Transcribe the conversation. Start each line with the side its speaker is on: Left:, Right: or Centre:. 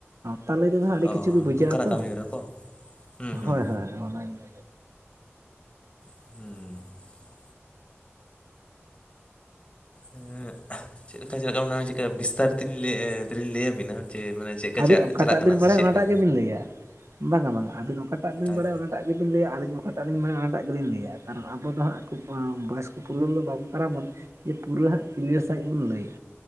Right: ᱛᱟᱦᱚᱞᱮ ᱛᱮᱫᱚ ᱦᱟᱸᱜ ᱟᱹᱰᱤ
Left: ᱚ
Right: ᱠᱤᱪᱷᱩ ᱜᱮ ᱵᱩᱡᱷᱟᱹᱣᱜ-ᱟ
Left: ᱱᱚᱝᱠᱟᱱᱟᱜ
Right: ᱛᱚ
Left: ᱠᱟᱹᱢᱤᱦᱚᱨᱟ ᱠᱚ ᱦᱩᱸ ᱦᱩᱸ
Right: ᱦᱳᱭ ᱦᱳᱭ ᱚᱱᱟᱜᱮ
Left: ᱦᱩᱸ ᱦᱮᱸ ᱪᱮᱫ ᱞᱮᱠᱟ ᱪᱮᱫ ᱞᱮᱠᱟ ᱪᱮᱫ ᱵᱤᱥᱛᱟᱨ ᱛᱮᱧ ᱞᱟᱹᱭ ᱞᱟᱹᱭᱟᱵᱤᱱᱟ ᱡᱮ ᱢᱟᱱᱮ ᱪᱮᱫᱠᱟ
Right: ᱟᱹᱵᱤᱱ
Left: ᱪᱟ
Right: ᱚᱠᱟᱴᱟᱜ
Left: ᱪᱟᱞᱟᱜ ᱠᱟᱱᱟ
Right: ᱵᱤᱱ ᱵᱟᱲᱟᱭᱟ
Left: ᱥᱮ ᱪᱮᱫᱠᱟ
Right: ᱚᱱᱟᱴᱟᱜ ᱜᱮᱵᱤᱱ ᱞᱟᱹᱭᱟ ᱵᱟᱝᱟ ᱵᱟᱝᱟ ᱟᱹᱵᱤᱱ ᱚᱠᱟᱴᱟᱜ ᱵᱤᱱ
Left: ᱟᱨ
Right: ᱵᱟᱲᱟᱭᱟ ᱚᱱᱟᱜ ᱟᱹᱵᱤᱱ ᱵᱤᱱ ᱞᱟᱹᱭᱟ ᱟᱹᱞᱤᱧ ᱚᱠᱟᱴᱟᱜ ᱵᱟᱲᱟᱭᱟ ᱚᱱᱟᱴᱟᱜ ᱞᱤᱧ ᱞᱟᱹᱭᱟ ᱠᱟᱨᱚᱱ ᱟᱵᱚ ᱫᱚ ᱴᱷᱤᱠ ᱦᱟᱸᱜ ᱵᱷᱚᱭᱮᱥ ᱠᱚ ᱯᱩᱨᱚᱱ ᱫᱚ ᱵᱟᱝ ᱠᱟᱱᱟᱵᱚᱱ ᱡᱮ ᱯᱩᱨᱟᱹ ᱦᱟᱸᱜ ᱠᱞᱤᱭᱟᱨ ᱥᱟᱺᱦᱤᱡ ᱵᱚᱱ ᱞᱟᱹᱭᱟ